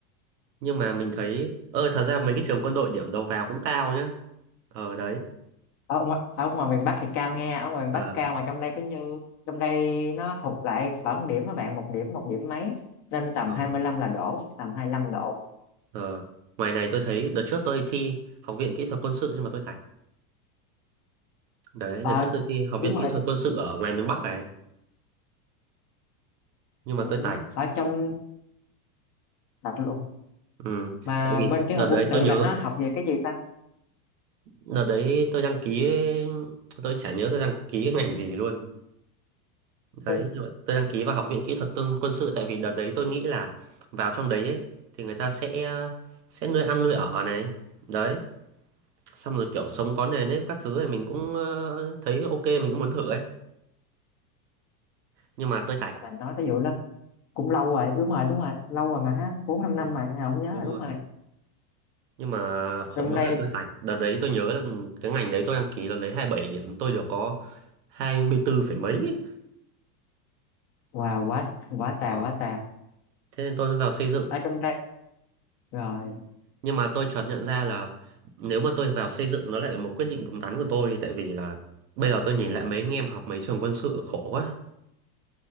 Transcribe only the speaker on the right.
Nhưng mà mình thấy ơ thật ra mấy cái trường quân đội điểm đầu vào cũng cao nhá. Ờ đấy.
Ờ,
ờ,
ờ. Ngoài này tôi thấy đợt trước tôi thi học viện kỹ thuật quân sự nhưng mà tôi tạch. Đấy,
đợt trước tôi thi học
viện
kỹ thuật quân sự ở ngoài miền Bắc này nhưng mà
tôi tạch.
Ừ.
Tại vì
đợt
đấy
tôi nhớ
Đợt đấy tôi đăng ký tôi chả nhớ tôi đăng ký cái ngành gì luôn. Đấy,
nhưng mà tôi đăng ký vào Học viện Kỹ thuật Quân quân sự tại vì đợt đấy tôi nghĩ là vào trong đấy ấy, thì người ta sẽ sẽ nuôi ăn nuôi ở này. Đấy, xong rồi kiểu sống có nề nếp các thứ này mình cũng ờ, thấy ok mình cũng muốn thử ấy. Nhưng mà tôi tạch.
Ừ,
đúng
rồi.
Nhưng mà khổ
nỗi
là tôi tạch. Đợt đấy tôi nhớ là cái ngành đấy tôi đăng ký là lấy 27 điểm, tôi được có 24 phẩy mấy.
Đó.
Thế nên tôi mới vào xây dựng
Nhưng mà tôi chợt nhận ra là nếu mà tôi vào xây dựng nó lại là một quyết định đúng đắn của tôi tại vì là bây giờ tôi nhìn lại mấy anh em học mấy trường quân sự khổ quá.